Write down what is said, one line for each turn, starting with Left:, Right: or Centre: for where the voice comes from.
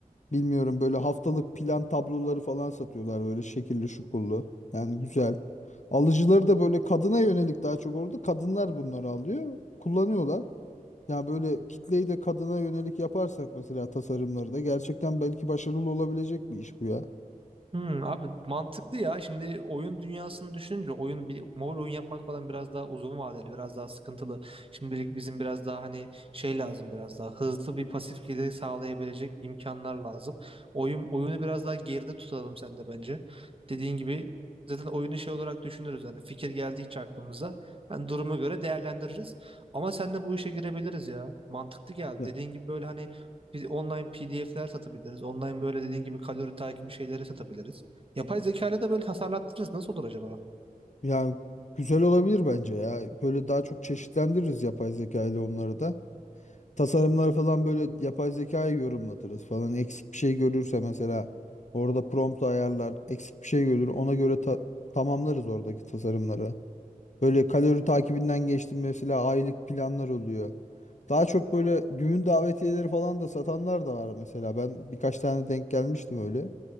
Left: Bilmiyorum böyle haftalık plan tabloları falan satıyorlar böyle şekilli şukullu. Yani güzel. Alıcıları da böyle kadına yönelik daha çok orada. Kadınlar bunları alıyor, kullanıyorlar. Yani böyle kitleyi de kadına yönelik yaparsak mesela tasarımları da gerçekten belki başarılı olabilecek bir iş bu ya.
Right: Hmm, abi mantıklı ya. Şimdi oyun dünyasını düşününce oyun bir mobil oyun yapmak falan biraz daha uzun vadeli, biraz daha sıkıntılı. Şimdilik bizim biraz daha hani şey lazım biraz daha hızlı bir pasif gelir sağlayabilecek imkanlar lazım. Oyun oyunu biraz daha geride tutalım sen de bence. Dediğin gibi zaten oyunu şey olarak düşünürüz hani fikir geldikçe aklımıza. Ben duruma göre değerlendiririz. Ama sen de bu işe girebiliriz ya. Mantıklı geldi.
Left: Ya-
Right: Dediğin gibi böyle hani biz online PDF'ler satabiliriz. Online böyle dediğin gibi kalori takibi şeyleri satabiliriz. Yapay zeka ile de böyle tasarlattırırız. Nasıl olur acaba?
Left: Yani güzel olabilir bence ya. Böyle daha çok çeşitlendiririz yapay zeka ile onları da. tasarımları falan böyle yapay zekayı yorumlatırız falan. Eksik bir şey görürse mesela orada prompt ayarlar, eksik bir şey görür ona göre ta- tamamlarız oradaki tasarımları. Böyle kalori takibinden geçtim mesela aylık planlar oluyor. Daha çok böyle düğün davetiyeleri falan da satanlar da var mesela. Ben birkaç tane denk gelmiştim öyle.